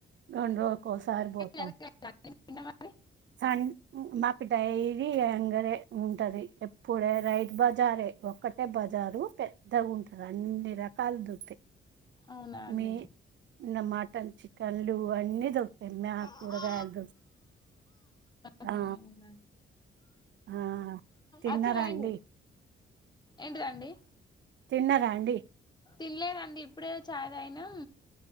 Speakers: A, on the right; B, on the left.
A: రెండు రోజుకోసారి పోతాం
B: జరగలేదా అండి నిన్న మరి
A: సం మాకు డైలీ అంగడే ఉంటది ఎప్పుడే రైతు బజారే ఒక్కటే బజారు పెద్దగా ఉంటంది అన్ని రక్ కల్ దుతే
B: అవునా అండి
A: మీ నమాటన్ చి పంలు అన్నీ తొస్తాయి <unintelligible> మాకు
B: ఆహా
A: కూరగాయలు దా
B: అవునా
A: ఆ ఆ తిన్నారండి
B: అచ్చి పోయిండు ఏంటిదండి
A: తిన్నరాండి
B: తినలేదండి ఇప్పుడే చాయ్ తాగినం